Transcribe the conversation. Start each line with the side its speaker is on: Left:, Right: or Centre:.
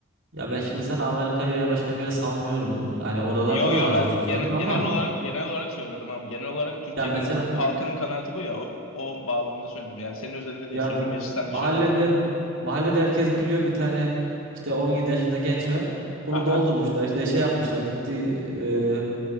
Right: Ya ben şimdi sana Amerika'yı veya başka bir yere savunmuyorum. Hani oralarda
Left: Yo
Right: da
Left: yo
Right: var
Left: ben
Right: zaten sorun
Left: gene-
Right: ama
Left: genel olarak genel olarak söylüyorum abi. Genel olarak Türkiye'nin
Right: ya mesela
Left: halkının kanaati bu ya. O, o bağlamda söyledim. Yani senin özelinde değil.
Right: Ya
Left: Sözün
Right: m-
Left: meclisten
Right: mahallede
Left: dışarı yani.
Right: mahallede herkes biliyor bir tane işte 17 yaşında genç var. Bunu
Left: Aha.
Right: doldurmuşlar işte şey yapmışlar gitti e,